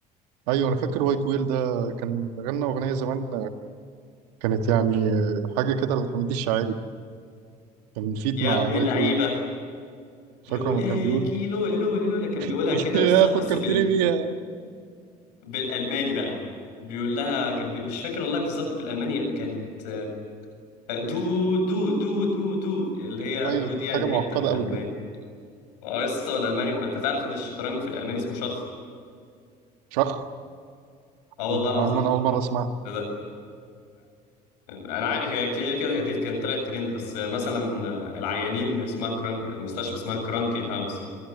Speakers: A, on the right (about 75°); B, on the left (about 80°).
A: ايوه انا فاكر وايت ويل ده كان غنى اغنيه زمان كانت يعني حاجه كده لحميد الشاعري كان فيت
B: يا
A: مع
B: ابن
A: وايت
B: اللعيبه
A: ويل فاكره
B: لولاكي
A: لما كان بيقول
B: لولا لولا لولا كان بيقولها
A: <laughs>
B: كده
A: يا
B: لسه
A: فكرتني
B: بس بال...
A: بيها
B: بالالماني بقى بيقول لها كان بي... مش فاكر والله بالظبط بالالماني يعني كانت آه، دو دو دو دو دو اللي هي
A: ايوه
B: دو
A: كانت
B: دي يعني
A: حاجه معقده
B: انت بالالماني
A: قوي كده
B: اه يسطا الالماني م... انت تعرف ان الشطرنج في الالماني اسمه شخ
A: شخ
B: اه
A: معلومة
B: والله العظيم
A: أنا أول مرة أسمعها
B: ده انا عارف هي كده كده هي دي كان طلعت ترند بس مثلا العيانين اسمها كرانك المستشفى اسمها كرانكن هاوس